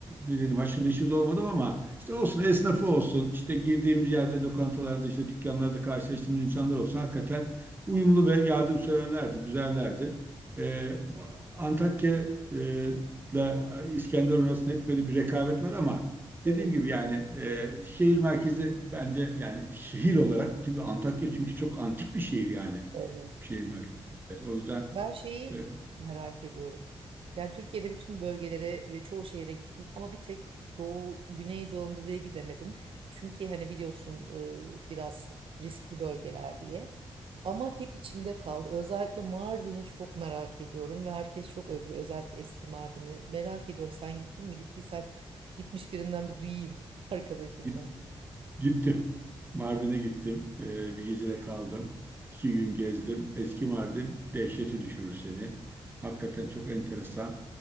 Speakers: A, on the right; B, on the right.
A: ne diyelim haşır neşir de olmadım ama işte olsun esnafı olsun işte girdiğimiz yerde lokantalarda işte dükkanlarda karşılaştığımız insanlar olsun hakikaten uyumlu ve yardımseverlerdi, güzellerdi. E, Antakya e, ile İskenderun arasında hep böyle bir rekabet var ama dediğim
B: Evet,
A: gibi yani e, şehir merkezi bence yani şehir olarak çünkü Antakya çünkü çok antik bir şehir yani
B: evet.
A: şehir merkezi. Evet, o yüzden
B: Ben şeyi
A: e,
B: merak ediyorum. Yani Türkiye'de bütün bölgelere ve çoğu şehire gittim ama bir tek Doğu, Güneydoğu Anadolu'ya gidemedim. Çünkü hani biliyorsun e, biraz riskli bölgeler diye. Ama hep içimde kaldı. Özellikle Mardin'i çok merak ediyorum ve herkes çok övüyor. Özellikle eski Mardin'i. Merak ediyorum sen gittin mi? Gittiysen gitmiş birinden bir duyayım <laughs> arkadaşımdan.
A: git- gittim. Mardin'e gittim. E, bir gecede kaldım. İki gün gezdim. Eski Mardin dehşete düşürür seni. Hakikaten çok enteresan.